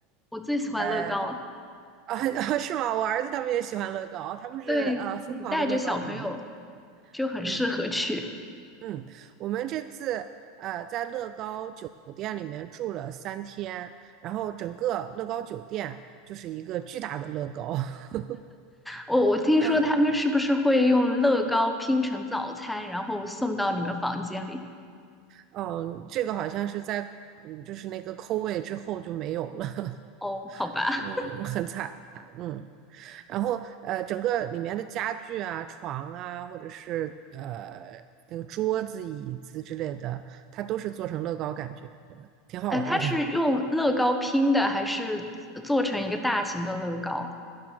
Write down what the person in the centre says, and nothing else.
我最喜欢乐高了。
对，你带着小朋友就很适合去。
我、我听说他们是不是会用乐高拼成早餐，
然后送到你们房间里？
哦，好吧。
哎，它是用乐高拼的，还是做成一个大型的乐高啊